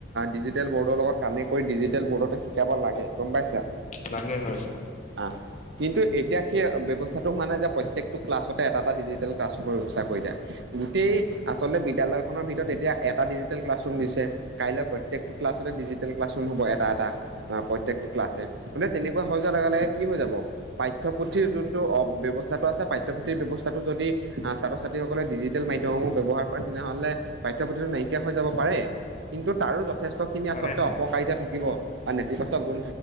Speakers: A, on the right (about 65°); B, on the left (about 40°).
A: ডিজিটেল বৰ্ডৰ লগত কানেক্ট কৰি ডিজিটেল বৰ্ডতে শিকাব লাগে গম পাইছা।
B: লাগে হয়।
A: আহ কিন্তু এতিয়া সেই ব্যৱস্থা টো মানে যে প্ৰত্যেকটো ক্লাছতে এটা এটা ডিজিটেল ক্লাছ <unintelligible> গোটেই
B: হয় হয়
A: আচলতে বিদ্যালয়খনৰ ভিতৰত এতিয়া এটা ডিজিটেল ক্লাছ ৰুম দিছে। কাইলৈ প্ৰত্যেকটো ক্লাছতে ডিজিটেল ক্লাছ ৰুম হ'ব এটা এটা। অ প্ৰত্যকটো ক্লাছে মানে তেনেকুৱা হৈ যোৱা লগে লগে কি হৈ যাব পাঠ্যপুথিৰ যোনটো অ ব্যৱস্থাটো আছে পাঠ্যপুথিৰ ব্যৱস্থাটো যদি আহ ছাত্ৰ ছাত্ৰী। সকলে ডিজিটেল মাধ্যমসমূহ ব্যৱহাৰ কৰে তেনেহলে পাঠ্যপুথিটো নাইকিয়া হৈ যাব পাৰে। কিন্তু তাৰো যথেষ্ট খিনি
B: তাৰে
A: আচলতে
B: হয়
A: অপকাৰিতা থাকিব বা নেতিবাচক গুণ